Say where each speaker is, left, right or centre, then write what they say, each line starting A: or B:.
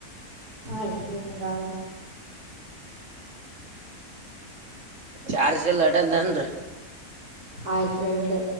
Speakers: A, on the right; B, on the right.
A: ಆಯ್ತ್ರಿ ಹಂಗಾದ್ರ
B: ಚಾರ್ಜ ಲಡ ನಂದ್ರ
A: ಆಯತ್ ರಡು